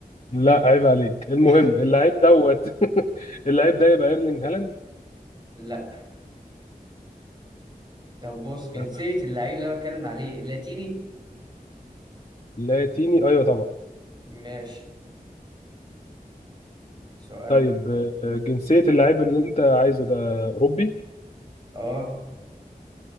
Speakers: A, on the left; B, on the right.
A: لا عيب عليك
B: <laughs>
A: المهم اللعيب دوت <laughs> اللعيب ده يبقى ايرلينج هالاند
B: لا طب بص جنسية
A: لا.
B: اللعيب اللي أنا بتكلم عليه لاتيني
A: لاتيني ايوه طبعا
B: ماشي سؤال
A: طيب آه، جنسية اللعيب اللي انت عايزه ده اوروبي
B: اه